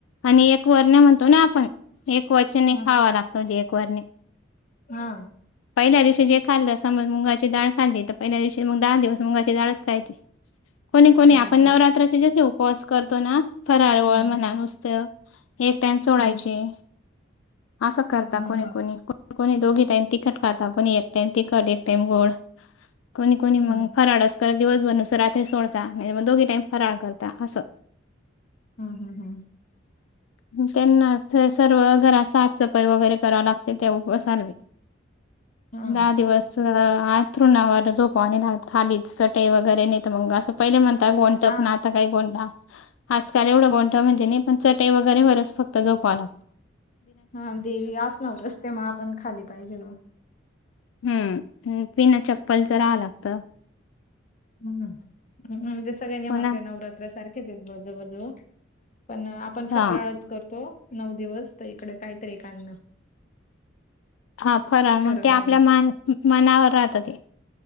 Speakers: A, on the left; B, on the left.
A: आणि एक वर्णे म्हणतो ना आपण एक वचने
B: ह
A: खावा लागतो म्हणजे एक वर्णे
B: हा
A: पहिल्या दिवशी जे खाल्लं समज मुगा ची डाळ खाली तर पहिल्या दिवशी मग दहा दिवस मुगाची डाळच खायची कोणी कोणी
B: हो
A: आपण
B: का
A: नवरात्राचे जसे उपवास करतो ना फराळवळ
B: हा
A: म्हणा नुसतं एक टाइम सोडायचे
B: हा
A: असं करता
B: हम्म
A: कोणी कोणी कोणी कोणी दोन्ही टाइम तिखट खाता कोणी एक टाइम तिखट एक टाइम गोड कोणी कोणी मग
B: हम्म हम्म
A: फराळ अस करत दिवसभर नुसंत रात्री सोडता मग दोन्ही टाईम फराळ करता असं
B: हा हा हा
A: <unintelligible> त्यांना सर्व घरात साफसफाई वगैरे करावी लागते ते <unintelligible>
B: हम्म
A: दहा दिवस अंथ थरुणावर झोपाव नाही लागत. खाली चटई वैगरे, नाही तर मग असं पहिले म्हणता
B: हा
A: <inaudible> पण आता <unintelligible> आजकाल एवढं गोनटा माहिती नाही, पण चटई वगैरे वरच फक्त झोपाव लागत.
B: हा देवी आसनावर असते मग आपण खाली पाहिजे म
A: हम्म बिना चप्पलच राहावं लागत
B: हम्म म्हणजे सगळे नियम
A: कोणा
B: आपल्या नवरात सारखेच आहेत जवळ-जवळ, पण आपण
A: हा
B: फराळच करतो. नऊ दिवस तर इकडे काहीतरी एक अन्न
A: हा फराळ, मग
B: ठरवलेलं
A: ते आपल्या मनावर राहत ते.